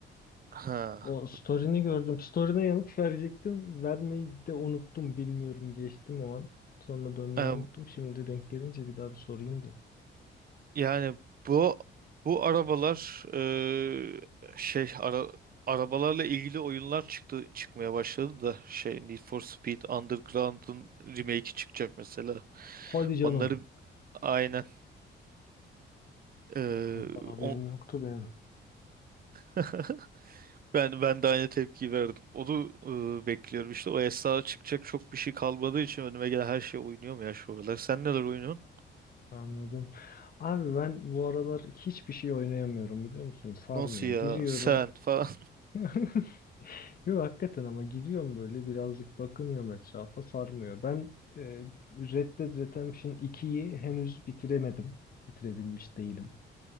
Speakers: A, on the right (about 50°); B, on the left (about 50°).
A: Ha.
B: O story'ni gördüm. Story'ne yanıt verecektim. Vermeyi de unuttum. Bilmiyorum geçtim o an. Sonra dönmeyi
A: <laughs>
B: unuttum. Şimdi denk gelince bir daha bir sorayım dedim.
A: Yani bu bu arabalar e, şey ara, arabalarla ilgili oyunlar çıktı çıkmaya başladı da şey Need for Speed Underground'ın remake'i çıkacak mesela.
B: Hadi canım.
A: Onları aynen e,
B: Bak ondan haberim
A: o-
B: yoktu benim.
A: <laughs> ben ben de aynı tepkiyi verdim. Onu e, bekliyorum işte o esnada çıkacak çok bir şey kalmadığı için önüme gelen her şey oynuyorum ya şu aralar. Sen neler oynuyorsun?
B: Anladım. Abi ben bu aralar hiçbir şey oynayamıyorum biliyor musun? Sarmıyor.
A: Nasıl ya
B: Giriyorum.
A: sen falan.
B: <laughs> Yok hakikaten ama giriyorum böyle birazcık bakınıyorum etrafa sarmıyor. Ben e, Red Dead Redemption 2'yi henüz bitiremedim. Bitirebilmiş değilim.